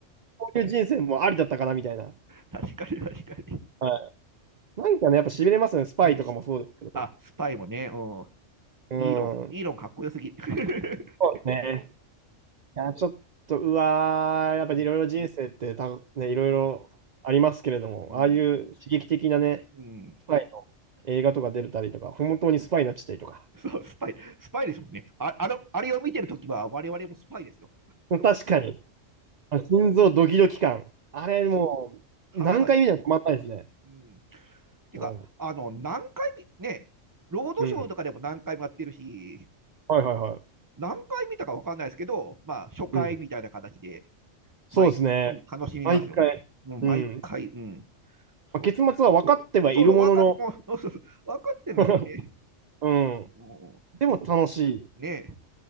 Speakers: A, on the right (about 45°); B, on the right (about 15°).
A: こういう人生もありだったかなみたいな。
B: 確かに確かに。
A: はい。なんかね、やっぱ痺れますね。スパイとかもそうですけど。
B: うんしあ、スパイもね、うん。
A: う
B: イーロン、
A: ん。
B: イーロンかっこよすぎ。<laughs>
A: そうですね。いや、ちょっと、うわー、やっぱりいろいろ人生ってた、
B: うん。
A: ね、いろいろありますけれども、
B: うん。うん。
A: ああいう刺激的なね、
B: うん。
A: スパイの映画とか出れたりとか、本当にスパイになっちゃったりとか。
B: そう、スパイ、スパイですもんね。あ、あの、あれを見てるときは我々もスパイですよ。
A: 確かに、あ心臓ドキドキ感。あれ、もう、
B: 半端ない。
A: 何回見てもたまんないですね。
B: うん。てか、
A: うん。
B: あの、何回見、ね、ロードショーとかでも何回もやってるし、
A: うんはいはいはい。
B: 何回見たかわかんないですけど、まあ、初回みたいな形で
A: うん。そうですね。
B: 毎、うん楽しみますよね。
A: 毎回。
B: もう毎回、
A: うん。
B: うん。
A: まあ、
B: そう
A: 結末は分かってはいるものの、
B: そうそう、分かっ、<laughs> もうそうそうそう分かってんですよね。
A: <laughs> うん。
B: も
A: でも楽しい。
B: うねえ。